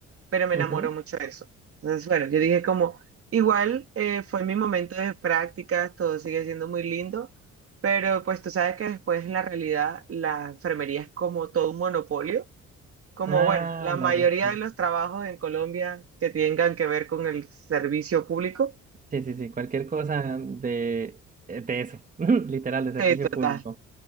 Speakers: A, on the right; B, on the right.
A: pero me
B: Ujú.
A: enamoró mucho de eso. Entonces, bueno, yo dije como, igual eh, fue mi momento de prácticas, todo sigue siendo muy lindo, pero pues tú sabes que después en la realidad la enfermería es como todo un monopolio. Como
B: Ah,
A: bueno, la
B: dale.
A: mayoría
B: Sí,
A: de los trabajos en Colombia que tengan que ver con el servicio público,
B: sí, sí, sí, cualquier cosa de, eh, de eso, <laughs> literal, de servicio
A: sí, total.
B: público.